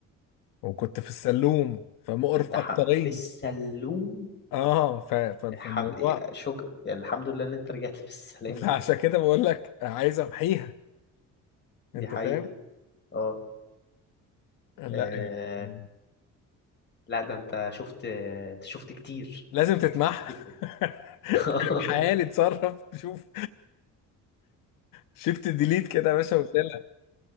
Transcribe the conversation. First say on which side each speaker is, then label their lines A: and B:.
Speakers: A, on the left; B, on the left.
A: وكنت في السلوم فمقرف
B: انت
A: اكترين
B: ح... في السلوم
A: اه ف... ف... فالموضوع
B: الحم... شك... يعني الحمد لله ان انت رجعت بالسلامة
A: فعشان كده بقول لك عايز امحيها
B: دي
A: انت
B: حقيقة
A: فاهم
B: اه
A: لا
B: آه،
A: يعني
B: لا ده انت شفت انت شفت كتير
A: لازم تتمحى
B: شفت كتير جدا
A: <laughs>
B: <laughs>
A: حالي اتصرف شوف شيفت ديليت كده يا باشا وشيلها